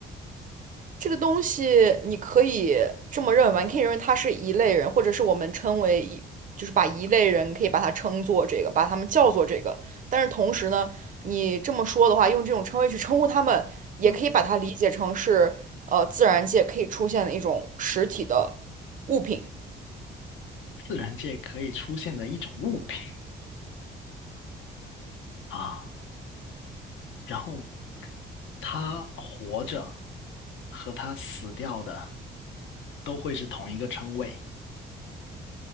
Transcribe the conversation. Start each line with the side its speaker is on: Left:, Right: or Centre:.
Right: 这个东西你可以这么认为吧，你可以认为它是一类人，或者是我们称为一，就是把一类人可以把它称作这个，把他们叫做这个。但是同时呢，你这么说的话，用这种称谓去称呼他们，也可以把它理解成是呃自然界可以出现的一种实体的物品。
Left: 嗯，自然界可以出现的一种物品啊，然后它活着和它死掉的。都会是同一个称谓